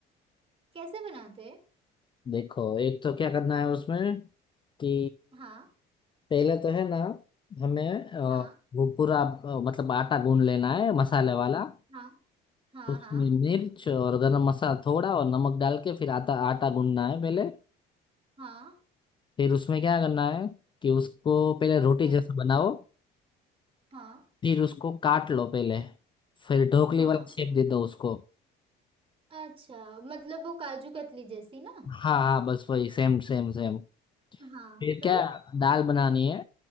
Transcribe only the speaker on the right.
कैसे बनाते हैं
हाँ
हाँ
हाँ हाँ
हाँ
हाँ
क्या
हाँ
हाँ
अच्छा मतलब वो काजू कतली जैसी ना
हाँ
फिर